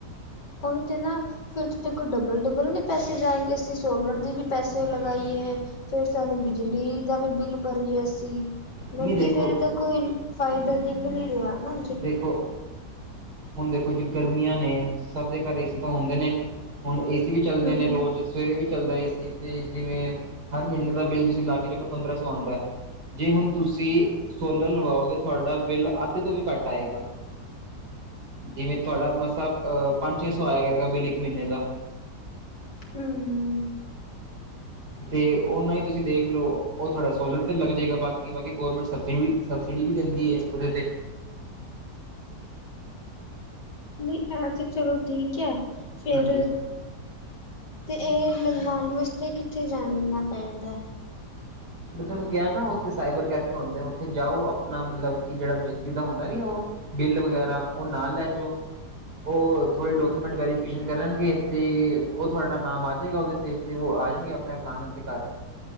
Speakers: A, on the left; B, on the right.
A: ਉਹੀ ਤੇ ਨਾ ਫਿਰ ਤਾਂ ਦੇਖੋ ਡਬਲ-ਡਬਲ ਨੇ ਪੈਸੇ ਜਾਏਗੇ, ਅਸੀਂ ਸੋਲਰ ਦੇ ਵੀ ਪੈਸੇ ਲਗਾਈਏ। ਫੇਰ ਸਾਨੂੰ ਬਿਜਲੀ ਦਾ ਵੀ ਬਿੱਲ ਭਰੀਏ ਅਸੀਂ। ਮੈਨੂੰ
B: ਨਹੀਂ ਦੇਖੋ
A: ਤੇ ਫੇਰ ਇਹਦਾ ਕੋਈ ਫਾਇਦਾ ਦਿਖ ਨੀ ਰਿਹਾ, ਹਨਾ।
B: ਦੇਖੋ ਹੁਣ ਦੇਖੋ ਜੇ ਗਰਮੀਆਂ ਨੇ, ਸਭ ਦੇ ਘਰ ਏ ਸੀ ਤਾਂ ਹੁੰਦੇ ਨੇ। ਹੁਣ ਏ ਸੀ ਵੀ ਚੱਲਦੇ
A: ਹੂੰ
B: ਨੇ ਰੋਜ਼। ਸਵੇਰੇ ਵੀ ਚੱਲਦਾ ਏ ਸੀ ਤੇ, ਜਿਵੇਂ ਹਰ ਮਹੀਨੇ ਦਾ ਬਿੱਲ ਤੁਸੀਂ ਲਾ ਕੇ ਚਲੋ ਪੰਦਰਾਂ ਸੌ ਆਂਦਾ। ਜੇ ਹੁਣ ਤੁਸੀਂ ਸੋਲਰ ਲਵਾਓਗੇ, ਤੁਹਾਡਾ ਬਿੱਲ ਅੱਧ ਤੋਂ ਵੀ ਘੱਟ ਆਏਗਾ ਜਿਵੇਂ ਤੁਹਾਡਾ ਮਸਾਂ ਅ ਪੰਜ ਛੇ ਸੌ ਆਇਆ ਕਰੇਗਾ, ਬਿੱਲ ਇੱਕ ਮਹੀਨੇ ਦਾ।
A: ਹੂੰ,
B: ਤੇ ਉਨਾਂ ਹੀ ਤੁਸੀਂ ਦੇਖ ਲੋ, ਉਹ ਥੋਡਾ ਸੋਲਰ ਤੇ ਲੱਗ ਜੇਗਾ, ਬਾਕੀ- ਬਾਕੀ ਗੌਰਮੈਂਟ ਸਬਸਿਡੀ ਵੀ ਸਬਸਿਡੀ ਵੀ ਦਿੰਦੀ ਏ, ਉਹਦੇ ਤੇ।
A: ਨਹੀਂ ਇਹ ਤੇ ਚਲੋ ਠੀਕ ਐ, ਫੇਰ
B: ਹਾਂਜੀ
A: ਤੇ ਇਹ ਲਗਵਾਣ ਵਾਸਤੇ ਕਿੱਥੇ ਜਾਨਣਾ ਪੈਂਦਾ।
B: ਮੈਂ ਤੁਹਾਨੂੰ ਕਿਹਾ ਨਾ ਉੱਥੇ ਸਾਈਬਰ ਕੈਫੇ ਹੁੰਦੇ ਉੱਥੇ ਜਾਓ, ਆਪਣਾ ਮਤਲਬ ਕਿ ਜਿਹੜਾ ਬਿਜਲੀ ਦਾ ਹੁੰਦਾ ਨੀ ਉਹ ਬਿੱਲ ਵਗੈਰਾ ਉਹ ਨਾ ਲੈ ਜੋ। ਉਹ ਥੋੜ੍ਹੇ ਡੋਕੂਮੈਂਟ ਵੈਰੀਫਿਕੇਸ਼ਨ ਕਰਨਗੇ, ਤੇ ਉਹ ਥੋਹਾਡਾ ਨਾਮ ਆ ਜੇਗਾ ਉਹਦੇ ਤੇ। ਤੇ ਉਹ ਆ ਜਾਣਗੇ, ਆਪਣੇ ਆਪ ਲਾਣ ਵਾਸਤੇ ਘਰ।